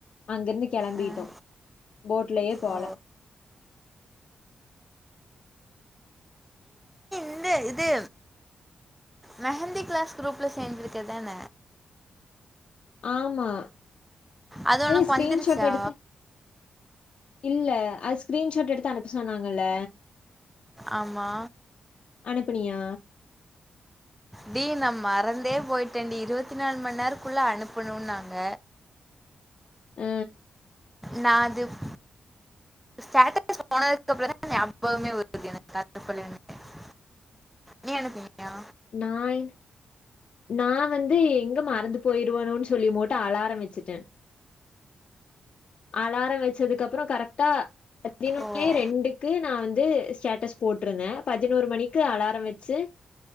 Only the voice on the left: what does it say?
அங்கிருந்து கெளம்பிட்டோ
போட்லயே போல
ஆமா
ஸ்கிரீன்ஷாட்
எடுத்து இல்ல அது ஸ்கிரீன்ஷாட் எடுத்து அனுப்ப சொன்னாங்கல்ல
அனுப்பனியா
அ
நாயி நா வந்து எங்க மறந்து போயிருவனோன் சொல்லி மோட்டு அலாரம் வச்சிட்டே அலாரோ வச்சதுக்கப்புறோ கரெக்டா பதினொன்னே
ரெண்டுக்கு நா வந்து ஸ்டேட்டஸ் போட்டிருந்தே பதினோரு மணிக்கு அலாரோ வச்சி